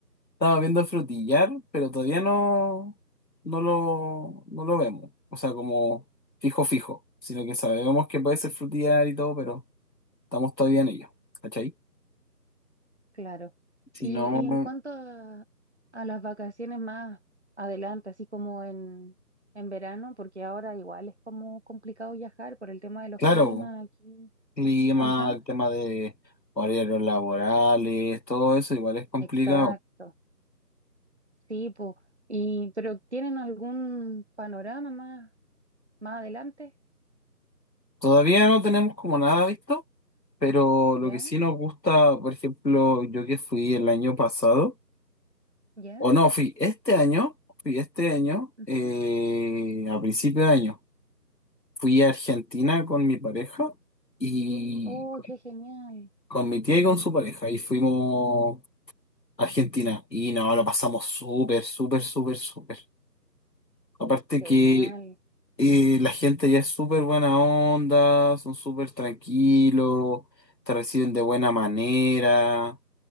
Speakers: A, on the left; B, on the right.
A: estábamos viendo frutillar, pero todavía no, no lo, no lo vemos. O sea, como fijo, fijo. Sino que sabemos que puede ser frutillar y todo, pero estamos todavía en ello. ¿Cachai?
B: Claro.
A: Si
B: Y,
A: no,
B: y en cuanto a, a las vacaciones más adelante, así como en, en verano, porque ahora igual es como complicado viajar por el tema de los
A: claro,
B: climas aquí.
A: clima,
B: Ajá,
A: el tema de horarios laborales, todo eso igual es complicado.
B: exacto. Sí, pues. Y, pero ¿tienen algún panorama más, más adelante?
A: Todavía no tenemos como nada visto Pero
B: ¿Ya?
A: lo que sí nos gusta, por ejemplo, yo que fui el año pasado,
B: ¿Ya?
A: o no, fui este año, fui este año,
B: Ujú.
A: eh, a principio de año, fui a Argentina con mi pareja y
B: Oh,
A: con,
B: qué genial.
A: con mi tía y con su pareja, y fuimos a Argentina, y no, lo pasamos súper, súper, súper, súper. Aparte
B: Genial.
A: que eh, la gente ya es súper buena onda, son súper tranquilos, te reciben de buena manera.